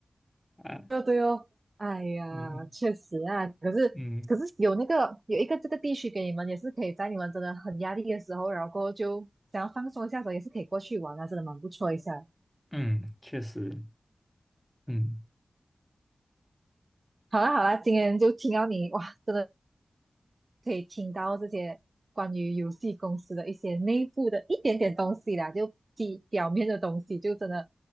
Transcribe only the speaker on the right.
对哦对哦，哎呀，
确实啊，可是可是有那个有一个这个地区给你们，
也是可以在你们真的很压力的时候，然后过后就想要放松一下的时候，也是可以过去玩啊，真的蛮不错一下。
好啦好啦，今天就听到你哇，真的可以听到这些关于游戏公司的一些内部的一点点东西啦，就比表面的东西，就真的